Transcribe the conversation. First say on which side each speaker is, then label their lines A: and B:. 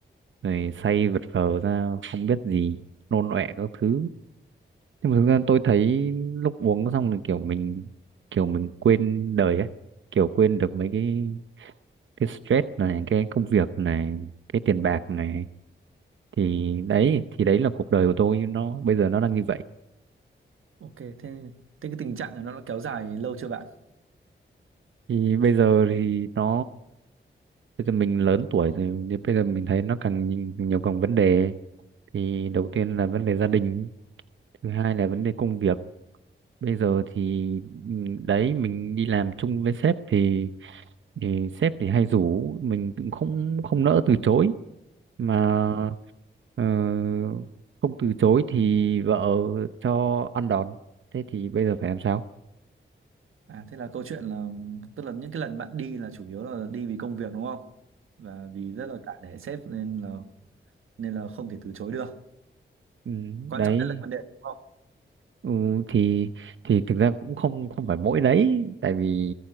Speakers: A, on the right; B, on the right.
A: rồi say vật vờ ra không biết gì nôn ọe các thứ nhưng mà thực ra tôi thấy lúc uống xong là kiểu mình kiểu mình quên đời ấy kiểu quên được mấy cái cái stress này cái công việc này cái tiền bạc này thì đấy thì đấy là cuộc đời của tôi nó bây giờ nó đang như vậy
B: ok thế thế cái tình trạng này nó đã kéo dài lâu chưa bạn
A: thì bây giờ thì nó bây giờ mình lớn tuổi rồi thì bây giờ mình thấy nó càng nhiều, nhiều càng vấn đề thì đầu tiên là vấn đề gia đình thứ hai là vấn đề công việc bây giờ thì ừ, đấy mình đi làm chung với sếp thì, thì sếp thì hay rủ mình cũng không không nỡ từ chối mà
B: Ờ,
A: ờ, không từ chối thì vợ cho ăn đòn thế thì bây giờ phải làm sao
B: à thế là câu chuyện là tức là những cái lần bạn đi là chủ yếu là đi vì công việc đúng không và vì rất là cả nể sếp nên là nên là không thể từ chối được
A: ừ,
B: quan
A: đấy
B: trọng nhất là vấn đề đúng không
A: ừ, thì thì thực ra cũng không không phải mỗi đấy tại vì